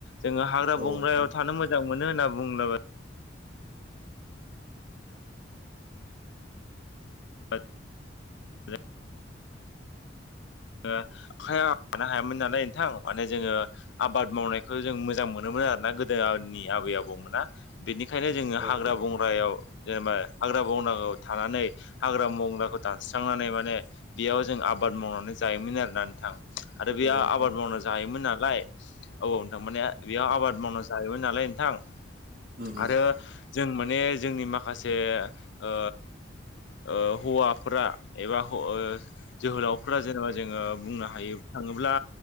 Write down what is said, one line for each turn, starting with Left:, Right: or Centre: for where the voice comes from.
Left: जोङो हाग्रा
Right: औ
Left: बंग्रायाव
Right: नोंथां
Left: थानो मोज जां मोनो होनना बुंब्लाबो <unintelligible> ओ आखाया मानो हायामोन नालाय नोंथां माने जोङो आबाद मावनायखौ जों मोजां मोनोमोन आरोना गोदोनि आबै-आबौमोना बेनिखायनो जोङो
Right: औ
Left: हाग्रा
Right: औ
Left: बंग्रायाव जेनेबा हाग्रा बंग्रा थानानै हाग्रा बंग्राखौ दानस्रांनानै माने बेयाव जों आबाद मावनानै जायोमोन आरोना नोंथां आरो
Right: नोंथां
Left: बेयाव
Right: औ नोंथां
Left: आबाद मावनानै जायोमोन नालाय औ नोंथां माने बेयाव आबाद मावनानै जायोमोन नालाय नोंथां
Right: उम
Left: आरो जों माने जोंनि माखासे ओ ओ हौवाफ्रा एबा हौ ओ जोहोलावफ्रा जोङो बुंनो हायोब थाङोब्ला